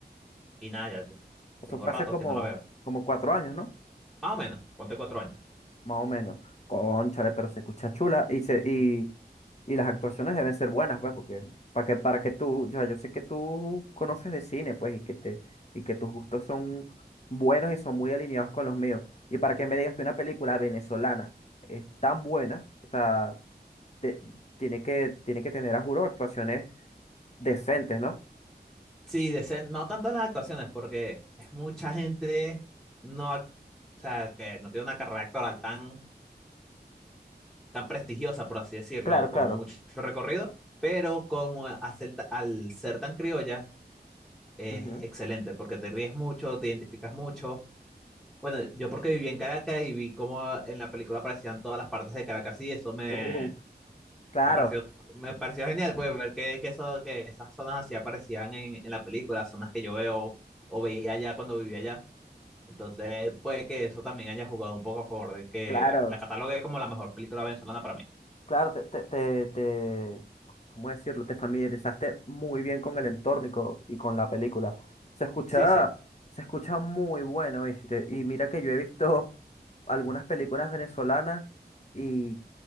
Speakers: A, in the centre; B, on the left (about 40°).
A: y nada, ya
B: eso
A: tengo
B: fue
A: rato
B: hace como,
A: que no la veo.
B: como cuatro años, ¿no?
A: Más o menos, ponte cuatro años.
B: más o menos. Cónchale, pero se escucha chula y se y, y las actuaciones deben ser buenas, pues, porque para que para que tú, ya yo sé que tú conoces de cine, pues, y que te y que tus gustos son buenos y son muy alineados con los míos. Y para que me digas que una película venezolana es tan buena, o sea, de- tiene que tiene que tener a juro actuaciones decentes, ¿no?
A: Sí, de ser- no tanto las actuaciones, porque es mucha gente no, ac- o sea, que no tiene una carrera actoral tan, tan prestigiosa, por así decirlo,
B: Claro,
A: con
B: claro.
A: mucho recorrido, pero como hacer ta- al ser tan criolla, es
B: Ujú.
A: excelente, porque te ríes mucho, te identificas mucho. Bueno, yo porque viví en Caracas y vi cómo en la película aparecían todas las partes de Caracas y eso me,
B: <laughs> Ujú. Claro,
A: Me pareció, me pareció genial, pues, ver que, que, eso, que esas zonas así aparecían en, en la película, zonas que yo veo o veía allá cuando vivía allá. Entonces, puede que eso también haya jugado un poco a favor de que
B: claro.
A: la catalogue como la mejor película venezolana para mí.
B: Claro, te, te, te, te- ¿cómo decirlo? Te familiarizaste muy bien con el entorno y co- y con, la película. Se escucha,
A: Sí, sí,
B: se escucha muy bueno, ¿viste? Y mira que yo he visto <laughs> algunas películas venezolanas y,